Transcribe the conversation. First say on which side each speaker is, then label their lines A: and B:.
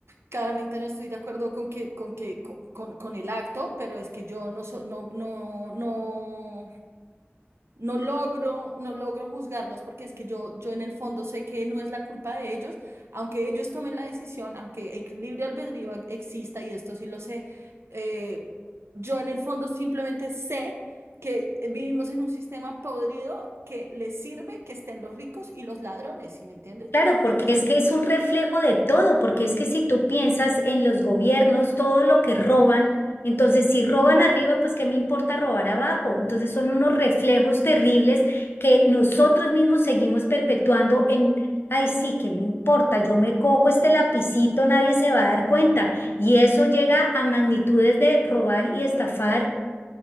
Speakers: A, on the right (about 75°); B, on the left (about 60°).
A: claramente no estoy de acuerdo con que, con que, co- con, con el acto, pero es que yo no so- no, no, no. No logro, no logro juzgarlos porque es que yo, yo en el fondo sé que no es la culpa de ellos, aunque ellos tomen la decisión, aunque el libre albedrío e- exista y esto sí lo sé, eh, yo en el fondo simplemente sé que vivimos en un sistema podrido que les sirve que estén los ricos y los ladrones, ¿sí me entiendes?
B: Claro, porque
A: Y que,
B: es
A: si,
B: que es un reflejo de todo, porque es que si tú piensas en los gobiernos, todo lo que roban, entonces si roban arriba, pues qué me importa robar abajo. Entonces son unos reflejos terribles que nosotros mismos seguimos perpetuando en, ay, sí, qué me importa, yo me cojo este lapicito, nadie se va a dar cuenta. Y eso llega a magnitudes de robar y estafar